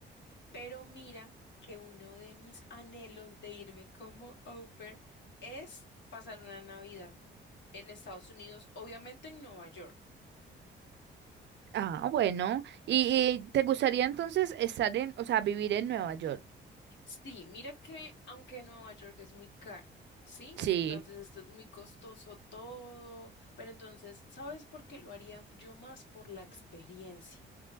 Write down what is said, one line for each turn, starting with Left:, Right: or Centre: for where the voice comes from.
Left: Pero mira que uno de mis anhelos de irme como au pair es pasar una Navidad en Estados Unidos, obviamente en Nueva York.
Right: Ah, bueno. ¿Y, y te gustaría entonces estar en, o sea, vivir en Nueva York?
Left: Sí, mira que aunque Nueva York es muy caro, ¿sí?
Right: Sí.
Left: Entonces esto es muy costoso todo, pero entonces, ¿sabes por qué lo haría? Yo más por la experiencia,